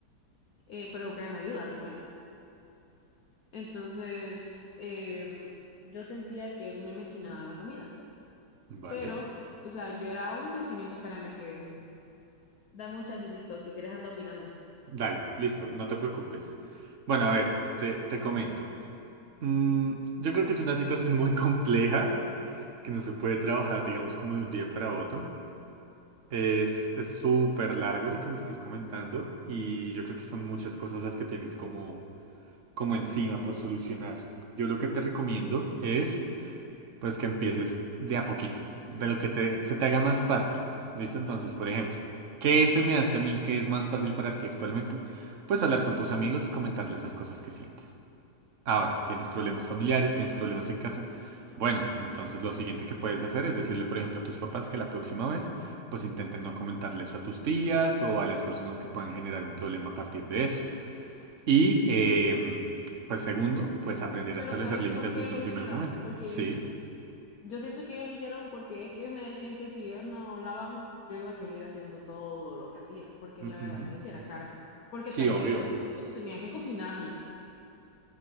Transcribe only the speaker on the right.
vale.
Dale, listo, no te preocupes. Bueno, a ver, te, te comento. Mm, yo creo que es una situación muy compleja. que no se puede trabajar, digamos, como de un día para otro. Es, es súper largo lo que me estás comentando y yo creo que son muchas cosas las que tienes como, como encima por solucionar. Yo lo que te recomiendo es, pues, que empieces de a poquito, de lo que te, se te haga más fácil. ¿Listo? Entonces, por ejemplo, ¿qué se me hace a mí que es más fácil para ti actualmente? Pues hablar con tus amigos y comentarles las cosas que sientes. Ahora, tienes problemas familiares, tienes problemas en casa. Bueno, entonces lo siguiente que puedes hacer es decirle, por ejemplo, a tus papás que la próxima vez, pues intenten no comentarle eso a tus tías o a las personas que puedan generar un problema a partir de eso. Y, em, pues segundo, pues aprender
a establecer
límites
desde
un
primer momento.
Sí.
Ujú.
Sí,
obvio.